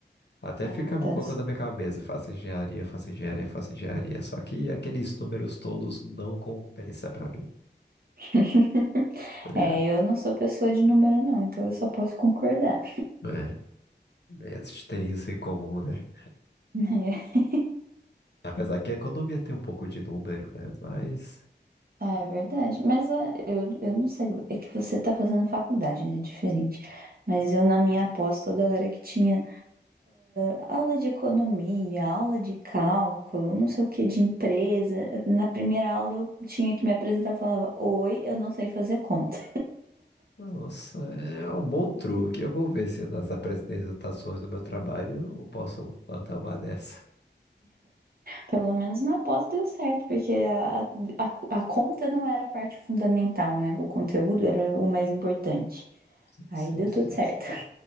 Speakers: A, on the left; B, on the right.
A: Até
B: Ah,
A: ficava
B: tá.
A: colocando na minha cabeça, faça engenharia, faça engenharia, faça engenharia. Só que aqueles números todos não compensa pra mim,
B: <laughs>
A: tá ligado?
B: É, eu não sou pessoa de número, não, então eu só posso concordar.
A: É, a gente tem isso em comum, né?
B: <laughs>
A: Apesar que a economia tem um pouco de número, né? Mas,
B: Ah, é verdade. Mas ah, eu, eu não sei, é que você tá fazendo faculdade, né? Diferente. Mas eu, na minha pós, toda hora que tinha ah, aula de economia, aula de cálculo, não sei o que, de empresa. Na primeira aula eu tinha que me apresentar e falava: Oi, eu não sei fazer conta.
A: nossa, é um bom truque. Eu vou ver se nas apresentações do meu trabalho eu posso plantar uma dessa.
B: Pelo menos na pós deu certo, porque a, a, a conta não era a parte fundamental, né? O conteúdo era o mais importante.
A: Sim,
B: Aí
A: sim,
B: deu
A: sim.
B: tudo certo.